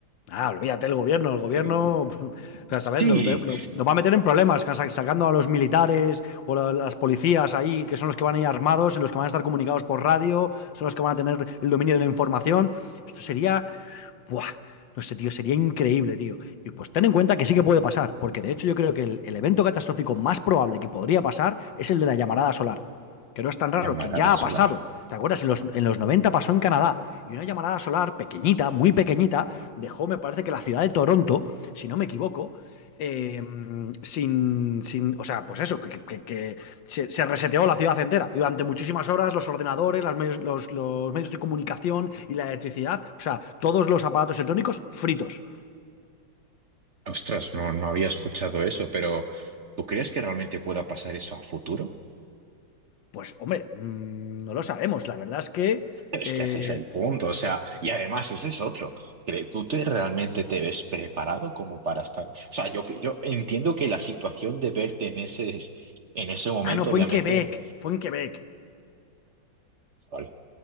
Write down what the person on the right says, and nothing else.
mm,
Sí,
llamarada
solar.
Ostras, no, no había escuchado eso, pero ¿tú crees que realmente pueda pasar eso a futuro?
Es
que ese es el punto, o sea, y además ese es otro. que ¿Tú te, realmente te ves preparado como para estar? O sea, yo, yo entiendo que la situación de verte en ese, en ese momento,
obviamente,
vale.